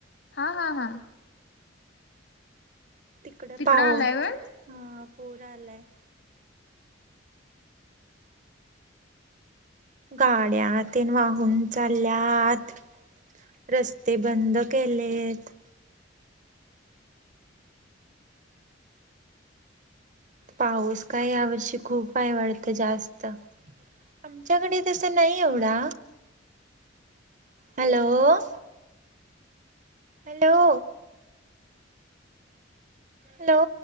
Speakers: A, on the left; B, on the right.
A: हा हा हा.
B: तिकडे
A: तिकडं
B: पाहु
A: आलाय
B: हा
A: व्हय?
B: पूर आलाय. गाड्या तेन वाहून चाल्यात. रस्ते बंद केलेत. पाऊस काय या वर्षी खूप हाय वाढतं जास्त. आमच्याकडे तस नाही एवढा हॅलो. हॅलो. हॅलो.